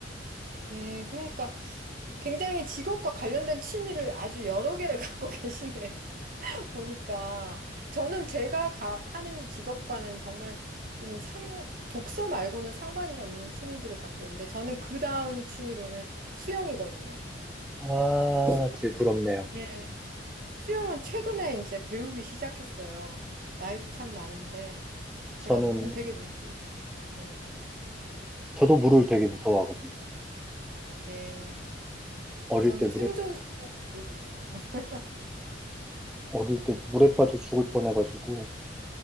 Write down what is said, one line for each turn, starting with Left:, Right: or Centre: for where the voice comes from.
Right: 예, 그러니까 굉장히 직업과 관련된 취미를 아주 여러 개를 <laughs> 갖고 계시네요. <laughs> 보니까. 저는 제가 가- 하는 직업과는 정말 좀 상, 독서 말고는 상관이 없는 취미들을 갖고 있는데, 저는 그 다음 취미로는 수영이거든요.
Centre: 와,
Right: 수영,
Centre: 제 부럽네요.
Right: 예. 수영은 최근에 이제 배우기 시작했어요. 나이도 참 많은데,
Centre: 저는,
Right: 제가 물을 되게 무서워했는데, 예.
Centre: 저도 물을 되게 무서워하거든요.
Right: 네.
Centre: 어릴
Right: 저는
Centre: 때 물에
Right: 생존 수영을 배우고 있어요. <laughs>
Centre: 어릴 때 물에 빠져 죽을 뻔해가지고,